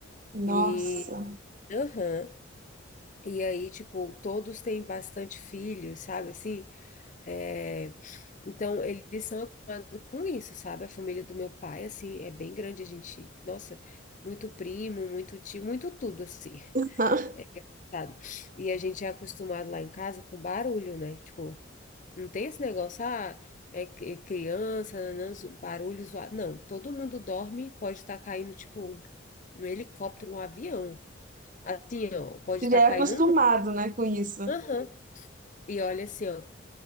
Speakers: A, on the right; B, on the left.
A: Nossa.
B: e Aham. E aí, tipo, todos têm bastante filhos, sabe, assim, é... então eles são acostumados com isso, sabe, a família do meu pai, assim, é bem grande, a gente, nossa, muito primo, muito tio, muito tudo, assim,
A: <laughs>
B: <laughs> sabe, e a gente é acostumado lá em casa com barulho, né, tipo, não tem esse negócio, ah, é cri- criança, nanã, zo- barulho zoado, não, todo mundo dorme, pode estar caindo, tipo, no helicóptero, um avião, assim, ó, pode
A: Já
B: estar
A: é
B: caindo
A: acostumado,
B: um...
A: né, com isso.
B: Aham. E olha assim, ó,